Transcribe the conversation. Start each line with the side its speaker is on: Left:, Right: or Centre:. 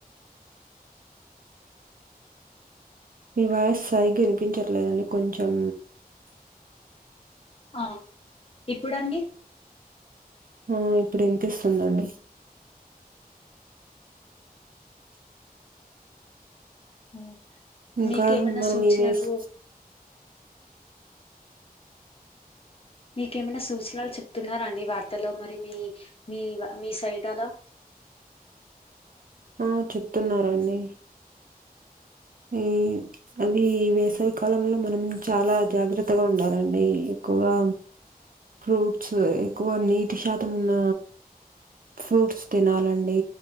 Right: మీ వాయిస్ సరిగ్గా వినిపించట్లేదండి కొంచెం
Left: ఆ ఇప్పుడండీ?
Right: ఆ ఇప్పుడు ఇనిపిస్తుందండి.
Left: మ్
Right: ఇంకా
Left: మీకేమైన
Right: మనం
Left: సూచనలు
Right: ఈ వేస్
Left: మీకేమైన సూచనలు చెప్తున్నార అండి వార్తల్లో మరి మీ మీ మీ సైట్ అలా
Right: ఆ చెప్తున్నారండి ఏమ్ అది ఈ వేసవికాలంలో మనం చాలా జాగ్రత్తగా ఉండాలండి ఎక్కువగా ఫ్రూట్స్ ఎక్కువ నీటి శాతం ఉన్న ఫ్రూట్స్ తినాలండి.